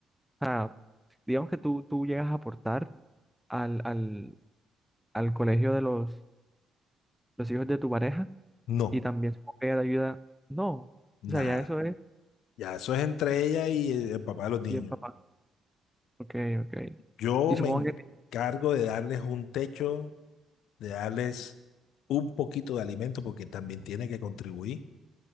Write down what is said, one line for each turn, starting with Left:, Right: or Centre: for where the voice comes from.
Centre: Ah, digamos que tú, tú llegas a aportar al, al, al colegio de los, los hijos de tu pareja.
Left: No,
Centre: y también supongo que ella te ayuda. No,
Left: nada.
Centre: o sea, ya eso es,
Left: Ya eso es entre ella y el, el papá de los niños.
Centre: y el papá. Ok, ok.
Left: Yo
Centre: Y supongo
Left: me encargo
Centre: que,
Left: de darles un techo, de darles un poquito de alimento, porque también tiene que contribuir,